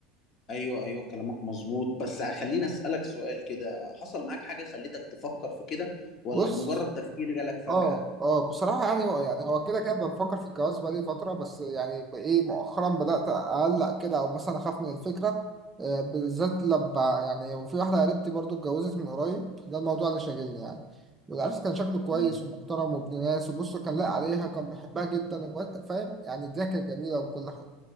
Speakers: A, on the left (about 40°); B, on the right (about 20°).
A: ايوه ايوه كلامك مظبوط بس خليني اسالك سؤال كده حصل معاك حاجه خلتك تفكر في كده ولا
B: بص
A: مجرد تفكير جالك فجأة
B: اه اه بصراحة يعني هو يعني هو كده كده بفكر في الجواز بقالي فترة بس يعني ب- ايه مؤخرا بدأت أقلق كده أو مثلا أخاف من الفكرة آه، بالذات لما يعني وفي واحدة قريبتي برضو اتجوزت من قريب ده الموضوع اللي شاغلني يعني والعرس كان شكله كويس
A: مم.
B: ومحترم وابن ناس وبص كان لاقي عليها كان بيحبها جدا وبقى- فاهم يعني الدنيا كانت جميلة وكل حاجة